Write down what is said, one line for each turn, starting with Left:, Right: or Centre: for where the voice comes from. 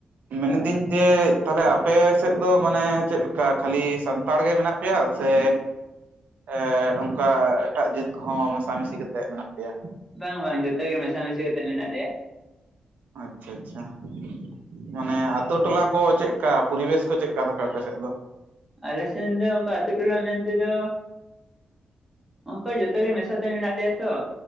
Right: ᱢᱮᱱ
Centre: ᱦᱳᱭ
Right: ᱤᱫᱟᱹᱧ ᱡᱮ ᱛᱟᱦᱞᱮ ᱟᱯᱮ ᱥᱮᱫ ᱫᱚ ᱢᱟᱱᱮ ᱪᱮᱫᱞᱮᱠᱟ ᱠᱷᱟᱹᱞᱤ ᱥᱟᱱᱛᱟᱲ ᱜᱮ ᱢᱮᱱᱟᱜ ᱯᱮᱭᱟ ᱥᱮ <unintelligible> ᱚᱝᱠᱟ ᱮᱴᱟᱜ ᱡᱟᱹᱛ ᱠᱚᱦᱚᱸ ᱢᱮᱥᱟᱢᱤᱥᱤ ᱠᱟᱛᱮ ᱢᱮᱱᱟᱜ ᱯᱮᱭᱟ?
Centre: ᱵᱟᱝ ᱵᱟᱝ ᱡᱚᱛᱚ ᱜᱮ ᱢᱮᱥᱟᱢᱤᱥᱤ ᱠᱟᱛᱮ ᱢᱮᱱᱟᱜ ᱞᱮᱭᱟ ᱾
Right: ᱟᱪᱪᱷᱟ ᱟᱪᱪᱷᱟ ᱾ ᱢᱟᱱᱮ
Centre: ᱦᱳᱭ
Right: ᱟᱛᱳ ᱴᱚᱞᱟ ᱠᱚ ᱪᱮᱫᱠᱟ ᱯᱚᱨᱤᱵᱮᱥ ᱠᱚ ᱪᱮᱫᱠᱟ ᱛᱟᱯᱮ ᱟᱯᱮ ᱥᱮᱫ ᱫᱚ?
Centre: ᱟᱞᱮ ᱥᱮᱱ ᱫᱚ ᱟᱛᱩ ᱴᱚᱞᱟ ᱢᱮᱱᱛᱮ ᱫᱚ ᱚᱱᱠᱟ ᱡᱚᱛᱚ ᱜᱮ ᱢᱮᱥᱟ ᱛᱮ ᱢᱮᱱᱟᱜ ᱞᱮᱭᱟ ᱛᱚ